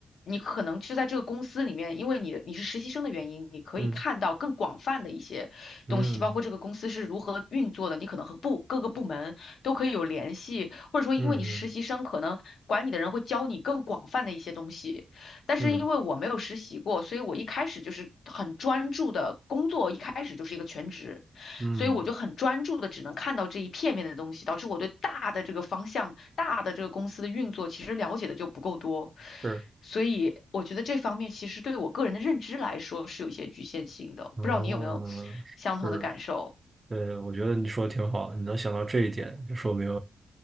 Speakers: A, on the left; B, on the right.
A: 你可能就在这个公司里面，因为你你是实习生的原因，你可以看到更广泛的一些东西，
B: 嗯嗯
A: 包括这个公司是如何运作的，你可能和部各个部门都可以有联系，或者说因为你是实习生，
B: 嗯嗯
A: 可能管你的人会教你更广泛的一些东西。但是因为我没有实习过，
B: 嗯
A: 所以我一开始就是很专注的工作，一开始就是一个全职，
B: 嗯，
A: 所以我就很专注的只能看到这一片面的东西，
B: 嗯
A: 导致我对大的这个方向、大的这个公司的运作其实了解的就不够多，
B: 是，
A: 所以我觉得这方面其实对我个人的认知来说是有一些局限性的，
B: 哦，
A: 不知道你有没有相同的感受？
B: 是。呃，我觉得你说的挺好的，你能想到这一点，就说明